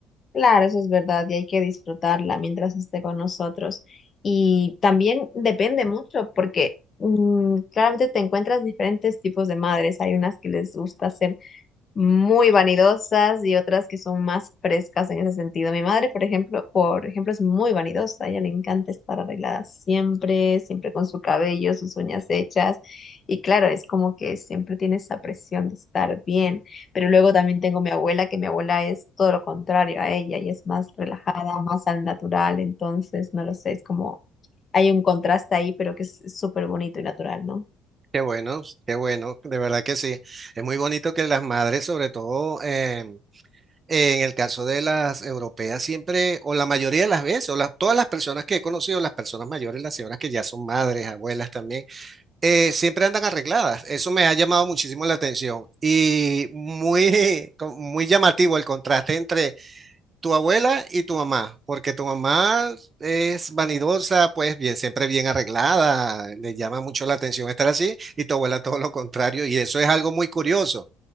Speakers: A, on the left (about 40°); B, on the right (about 35°).
A: Claro, eso es verdad y hay que disfrutarla mientras esté con nosotros. Y también depende mucho porque mm, claramente te encuentras diferentes tipos de madres. Hay unas que les gusta hacer muy vanidosas y otras que son más frescas en ese sentido. Mi madre, por ejemplo, por ejemplo, es muy vanidosa, a ella le encanta estar arreglada siempre, siempre con su cabello, sus uñas hechas y claro, es como que siempre tiene esa presión de estar bien, pero luego también tengo mi abuela, que mi abuela es todo lo contrario a ella y es más relajada, más al natural, entonces no lo sé, es como hay un contraste ahí, pero que es súper bonito y natural, ¿no?
B: Qué bueno, qué bueno, de verdad que sí. Es muy bonito que las madres, sobre todo, eh, En el caso de las europeas, siempre, o la mayoría de las veces, o la- todas las personas que he conocido, las personas mayores, las señoras que ya son madres, abuelas también, eh, siempre andan arregladas. Eso me ha llamado muchísimo la atención y muy, <laughs> co- muy llamativo el contraste entre tu abuela y tu mamá, porque tu mamá es vanidosa, pues bien, siempre bien arreglada, le llama mucho la atención estar así, y tu abuela todo lo contrario, y eso es algo muy curioso.